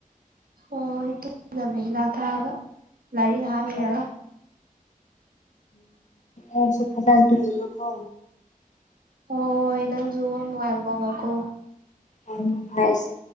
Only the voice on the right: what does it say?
ꯍꯣꯏ ꯇꯣꯏꯗꯕꯅꯦ ꯍꯤꯗꯥꯛ ꯊꯥꯛꯔꯒ ꯂꯥꯏꯔꯤꯛ ꯉꯥꯏꯍꯥꯛ
ꯏꯔꯒ
ꯍꯣꯏ ꯍꯣꯏ ꯅꯪꯁꯨ ꯋꯥꯪ ꯅꯨꯡꯉꯥꯏꯕꯉꯀꯣ